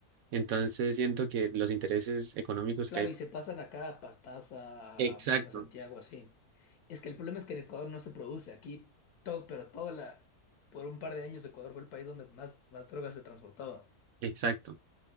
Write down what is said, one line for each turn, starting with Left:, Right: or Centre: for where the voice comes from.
Right: Entonces siento que los intereses económicos
Left: Claro,
Right: que hay.
Left: y se pasan acá a Pastaza,
Right: Exacto.
Left: a Morona Santiago, así. Es que el problema es que en Ecuador no se produce. Aquí todo, pero toda la, por un par de años Ecuador fue el país donde más, más drogas se transportaba.
Right: Exacto.